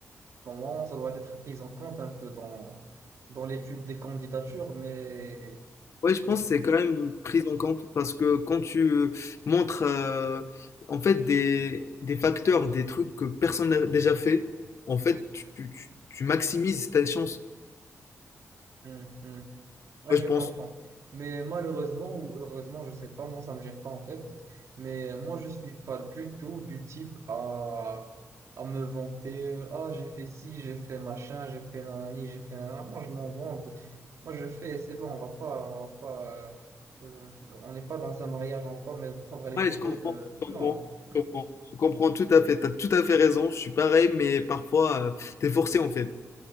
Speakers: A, on the right; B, on the left.
A: Normalement, ça doit être pris en compte un peu dans, dans l'étude des candidatures, mais...
B: Ouais, je
A: mais...
B: pense que c'est quand même pris en compte parce que quand tu euh, montres euh, en fait des, des facteurs, des trucs que personne n'a déjà fait, en fait, tu, tu tu maximises ta chance.
A: Hmm, hmm. Ouais,
B: Moi, je
A: je
B: pense.
A: comprends. Mais malheureusement ou heureusement, je sais pas, moi ça me gêne pas en fait. Mais moi je suis pas du tout du type à, à me vanter. euh, Ah, j'ai fait ci, j'ai fait machin, j'ai fait nanani, j'ai fait nanana. Moi je m'en branle. de- Moi je fais et c'est bon, on va pas, on va pas, euh, euh, on n'est pas dans un mariage, on va pas me prendre les
B: Ouais,
A: photos
B: je comprends,
A: de.
B: je
A: Non,
B: comprends, je comprends, je comprends tout à fait, t'as tout à fait raison, je suis pareil, mais parfois, euh, t'es forcé en fait.